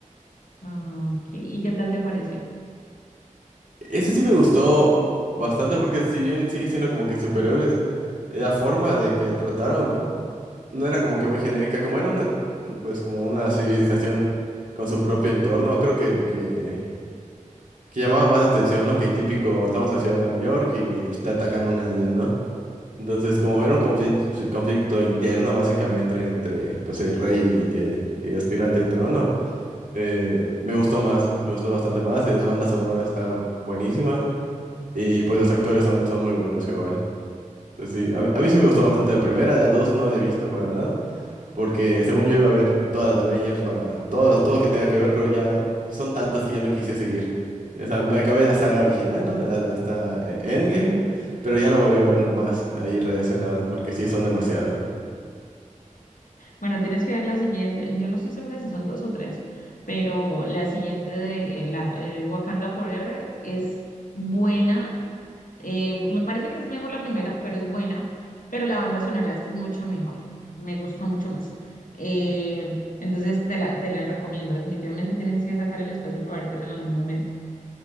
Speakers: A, on the left; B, on the right.
A: Ah, ok, ¿Y qué tal te pareció?
B: ese sí me gustó bastante porque si bien sigue siendo como que superhéroes, la forma de que lo trataron no era como que muy genérica, como era una, pues como una civilización con su propio entorno, creo que, que, que llamaba más la atención, ¿no? Que típico, estamos en la ciudad de Nueva York y está atacando a nadie, ¿no? Entonces, como era un conflicto, conflicto interno básicamente entre, pues, el rey y, y- y el aspirante al trono. Eh, me gustó más, me gustó bastante más. y La banda sonora está buenísima y pues los actores son, son muy buenos igual. Entonces sí, a, a mí sí me gustó bastante la primera, la dos no la he visto para nada, porque según yo iba a ver todas las Avengers para todas, todo que tenga que ver, pero ya son tantas que ya no quise seguir. O sea, me acabé la saga original, ¿no? La de hasta eh, Endgame, pero ya no volví a ver más ahí relacionadas, porque sí son demasiadas.
A: Bueno, tienes que ver la siguiente. Yo no estoy segura si son dos o tres, pero la siguiente de eh, la, eh, Wakanda Forever es buena. Eh, me parece que es mejor la primera, pero es buena. Pero la banda sonora de esta es mucho mejor. Me gusta mucho más. Eh, entonces te la, te la recomiendo. Definitivamente tienes que sacar el espacio para vértela en algún momento.